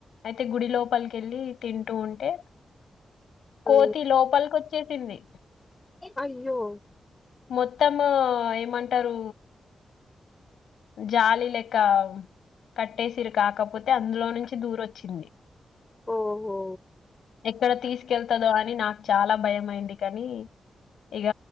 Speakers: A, on the left; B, on the left.
A: అయితే గుడి లోపలిక వెళ్ళి తింటూ ఉంటే కోతి
B: ఆ
A: లోపలికొచ్చేసింది.
B: అయ్యో
A: మొత్తము ఏమంటరు జాలి లెక్క కట్టేసిర్రు కాకపోతే అందులో నుంచి దూరి వచ్చింది.
B: ఓహో
A: ఎక్కడ తీసుకెళ్తదో అని నా చాలా భయం అయింది కానీ, ఇగ